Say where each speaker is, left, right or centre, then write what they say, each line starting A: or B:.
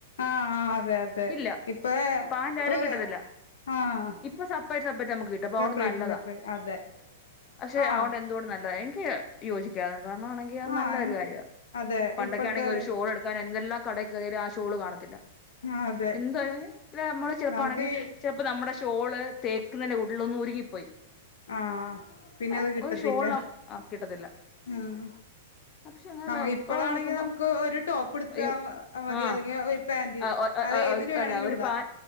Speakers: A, on the left (about 70°); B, on the left (about 30°).
A: ആഹ് അതെ അതെ
B: ഇല്ല
A: ഇപ്പഴെ
B: പാന്റ് ആയാലും
A: ഒരു
B: കിട്ടത്തില്ല
A: ആഹ്
B: ഇപ്പൊ സെപ്പറേറ്റ് സെപ്പറേറ്റ് നമുക്ക് കിട്ടും അപ്പൊ
A: സെപ്പ്രേറ്റ്
B: അതുകൊണ്ട് നല്ലതാ
A: സെപ്പ്രേറ്റ് അതെ
B: പക്ഷെ
A: ആഹ്
B: അതു കൊണ്ട് എന്തുകൊണ്ടും നല്ലതാ എനിക്ക് യോജിക്കാന് കാരണവാണെങ്കി അത്
A: ആഹ്
B: നല്ലൊരു കാര്യവാ
A: അതെ
B: പണ്ടക്കെ
A: ഇപ്പോഴത്തെ
B: ആണെങ്കിൽ ഒരു ഷോളെടുക്കാൻ എന്തെല്ലാം കടേ കേറിയാലും ആ ഷോള് കാണത്തില്ല
A: ആഹ് അതെ
B: എന്തായാലും ഇല്ല നമ്മള് ചെറുപ്പാണെങ്കി
A: നമുക്ക്
B: ചെലപ്പോ നമ്മുടെ ഇഷ്ട ഷോള് തേക്കുന്നന്റെ കൂട്ടിലൊന്ന് ഉരുകിപ്പോയി
A: ആഹ് പിന്നെ
B: ആഹ്
A: അത് കിട്ടത്തില്ല
B: ഒരു ഷോൾ കിട്ടത്തില്ല
A: ആഹ്
B: പക്ഷെ അങ്ങനെ
A: ആഹ് ഇപ്പോഴാണെങ്കി
B: ഇപ്പോ നോക്കുമ്പം
A: നമുക്ക് ഒരു ടോപ്പ് എടുത്താ
B: അയ്യോ!
A: മതി
B: ആഹ്
A: അല്ലെങ്കിൽ ഒരു പാന്റ്
B: ആഹ്
A: അത് ഏതിന്
B: ഒരു
A: വേണമെങ്കിലും
B: അല്ല ഒരു
A: ഇടാം
B: പാൻ